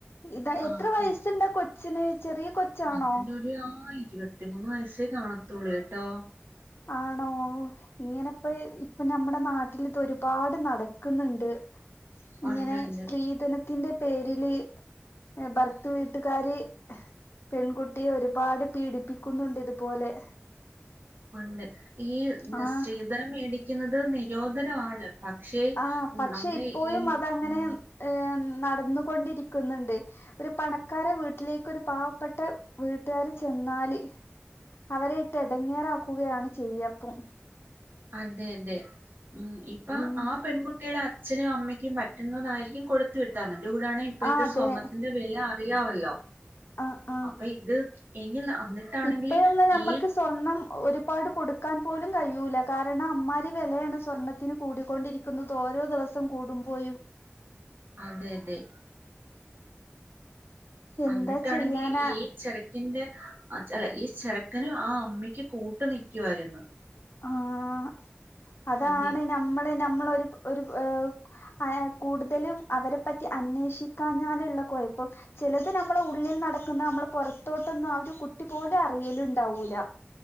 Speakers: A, on the left; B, on the right.
A: ഇതാ എത്ര
B: ആക്കി
A: വയസുണ്ട് കൊ ച്ചിണ് ചെറിയ കൊച്ചാണോ?
B: അതിനൊരു ആ ഇരുപത്തിമൂന്ന് വയസ്സേ കാണത്തുള്ളൂ ട്ടോ
A: ആണോ ഇങ്ങനെപ്പ ഇപ്പ നമ്മ നമ്മുടെ നാട്ടിൽ ഇത് ഒരുപാട് നടക്കുന്നുണ്ട് ഇങ്ങനെ
B: ഉണ്ടുണ്ട്
A: സ്ത്രീധന ത്തിന്റെ പേരില് ഭർത് വീട്ടുകാാര് പെൺകുട്ടിയെ ഒരുപാട് പീഡിപ്പിക്കുന്നുണ്ട് ഇതുപോലെ
B: ഒണ്ട് ഈ
A: ആഹ്
B: ശ്രീത മേടി- ക്ക്ന്ന ത് നിരോധനവാണ് പക്ഷെ
A: ആഹ് പക്ഷെ
B: നമ്മെ
A: ഇപ്പോഴും
B: ഈ
A: അതങ്ങനെ
B: ഉം
A: ഏഹ് നടന്നുകൊണ്ടിരിക്കുന്നുണ്ട് ഒരു പണക്കാരെ വീട്ടിലേക്ക് ഒരു പാവപ്പെട്ട വീട്ടുകാാര് ചെന്നാല് അവരെ ഇട്ട് ഇടങ്ങേറാക്കുകയാണ് ചെയ്യപ്പം
B: അതെ അതെ ഉം ഇപ്പൊ
A: ഉം
B: ആ പെൺകുട്ടിടെ അച്ഛനും അമ്മക്കും പറ്റുന്നതാരിക്കും കൊടുത്തു വിട്ട അതിന്റെ കൂടാണേ ഇപ്പത്തെ
A: ആഹ് അതെ
B: സ്വർണത്തിന്റെ വില അറിയാവല്ലോ
A: ആഹ് ആഹ്
B: അപ്പൊ ഇത് എങ്കിൽ അന്നിട്ടാണെങ്കില്
A: ഇപ്പഴൊന്നും നമ്മക്ക്
B: ഈ
A: സ്വർണം ഒരുപാട് കൊടുക്കാൻ പോലും കഴിയൂല്ല കാരണം അമ്മാര് വെലയാണ് സ്വർണ്ണത്തിന് കൂടിക്കൊണ്ടിരിക്കുന്നത് ഓരോ ദിവസം കൂടുമ്പോയും
B: അതെ തെ വന്നിട്ടാണെങ്കിൽ
A: എന്താ ചെയ്യാനാ
B: ഈ ചിരക്കിന്റെ അല്ല ഈ ചിരക്കനും ആ അമ്മയ്ക്ക് കൂട്ട് നക്കുയിരുന്നു
A: ആ അതാണ്
B: അതെ
A: നമ്മളെ നമ്മളൊരു ഒരു ഏർ ആ കൂടുതലും അവരെ പറ്റി അന്വേഷിക്കാഞ്ഞാലുള്ള കുഴപ്പം ചിലത് നമ്മള ഉള്ളിൽ നടക്കുന്ന നമ്മള് പുറത്തോട്ടൊന്നും ആ ഒരു കുട്ടി പോലും അറിയലുണ്ടാവൂല